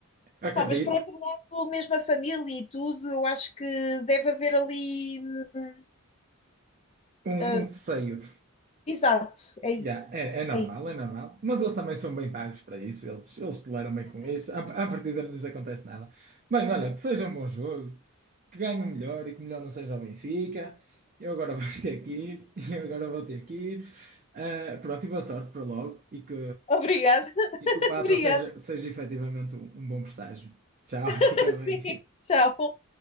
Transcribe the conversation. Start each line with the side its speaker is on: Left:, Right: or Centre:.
Left: Opa,
Right: acredito,
Left: mas por outro lado, mesmo a família e tudo, eu acho que deve haver ali. hum, hum,
Right: um,
Left: ah,
Right: um receio.
Left: exato, é isso.
Right: Yeah, é, é normal,
Left: É isso.
Right: é normal. Mas eles também são bem pagos para isso, eles, eles toleram bem com isso. À, à partida não lhes acontece nada. Bem, olha, que seja um bom jogo, que ganhe o melhor e que o melhor não seja o Benfica. Eu agora vou <laughs> ter que ir, eu agora vou ter que ir. Ah, pronto, e boa sorte para logo e que,
Left: Obrigada, <laughs>
Right: e que o Papa
Left: obrigada.
Right: seja, seja efetivamente um um bom presságio. Tchau,
Left: <laughs>
Right: <laughs> fica bem.
Left: Sim, tchau.